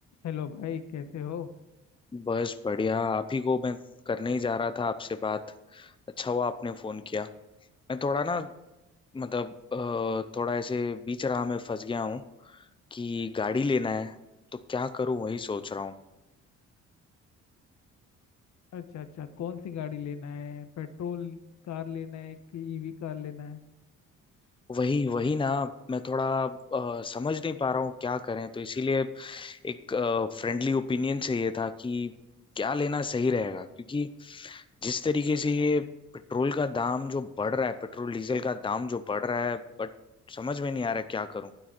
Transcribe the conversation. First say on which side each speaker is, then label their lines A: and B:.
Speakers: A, on the left; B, on the left.
A: Hello भाई कैसे हो
B: बस बढ़िया आप ही को मैं करने ही जा रहा था आपसे बात अच्छा हुआ आपने फोन किया मैं थोड़ा ना मतलब अ, थोड़ा ऐसे बीच राह में फंस गया हूँ कि गाड़ी लेना है तो क्या करूँ वही सोच रहा हूँ
A: अच्छा अच्छा कौन सी गाड़ी लेना है पेट्रोल कार लेना है कि ईवी कार लेना है
B: वही वही ना मैं थोड़ा अ, समझ नहीं पा रहा हूँ क्या करें तो इसीलिए एक फ्रेंडली ओपिनियन चाहिए था कि क्या लेना सही रहेगा क्योंकि जिस तरीके से ये पेट्रोल का दाम जो बढ़ रहा है पेट्रोल डीजल का दाम जो बढ़ रहा है बट समझ में नहीं आ रहा क्या करूं